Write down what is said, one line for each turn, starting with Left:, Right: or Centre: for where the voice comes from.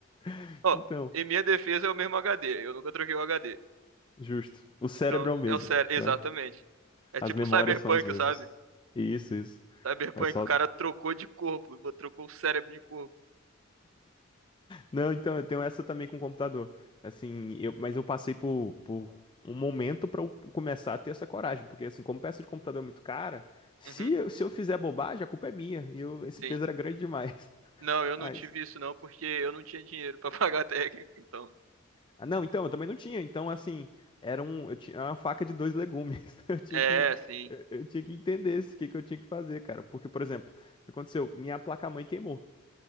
Left: <laughs>
Right: ó,
Left: Então,
Right: em minha defesa é o mesmo HD, eu nunca troquei o HD.
Left: justo. O cérebro
Right: Então,
Left: é o mesmo,
Right: é o sério, exatamente.
Left: vai.
Right: É tipo
Left: As memórias
Right: o Cyberpunk,
Left: são as mesmas.
Right: sabe?
Left: Isso, isso.
Right: Cyberpunk,
Left: Mas só,
Right: o cara trocou de corpo, bo- trocou o cérebro de corpo.
Left: Não, então eu tenho essa também com o computador. Assim, eu, mas eu passei por, por um momento pra eu começar a ter essa coragem, porque assim, como peça de computador é muito cara, se,
Right: Uhum,
Left: eu- se eu fizer bobagem, a culpa é minha. E eu, esse
Right: sim.
Left: peso era grande demais. <laughs>
Right: Não, eu
Left: Ah,
Right: não tive
Left: isso.
Right: isso não, porque eu não tinha dinheiro pra <laughs> pagar técnico, então.
Left: Ah, não, então eu também não tinha. Então, assim, era um, eu tinha uma faca de dois legumes. <laughs> Eu tinha
Right: É,
Left: que,
Right: sim.
Left: eu, eu tinha que entender esse, o que que eu tinha que fazer, cara. Porque, por exemplo, o que aconteceu? Minha placa-mãe queimou.